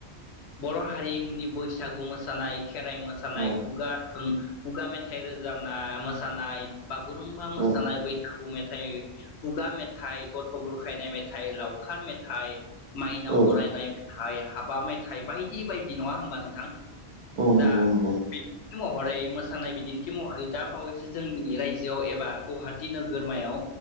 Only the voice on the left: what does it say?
बर' हारिमुनि बैसा गु मोसानाय खेराइ मोसानाय,
खुगा थुन खुगा मेथाइ रोजाबना मो सानाय बागुरुम्बा मोसानाय,
बैसागु मे थाइ, खुगा मेथाइ, गथ' बुरखायनाय मेथाइ, लावखार मेथाइ माइनाव
बरायनाय थाइ, हाबा मेथाइ बायदि बायदि नङा होमबा नोंथां
दा
बिदिन्थि महरै मोसानाय बिदिन्थि महरै दा बावै जोंनि रायजोआव एबा गुवाहाटि नोगोर गोरमायाव